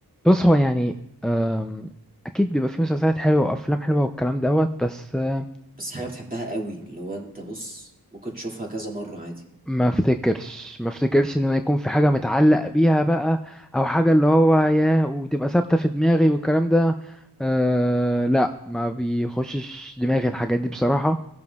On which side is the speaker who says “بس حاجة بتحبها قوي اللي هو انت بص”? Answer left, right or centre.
Right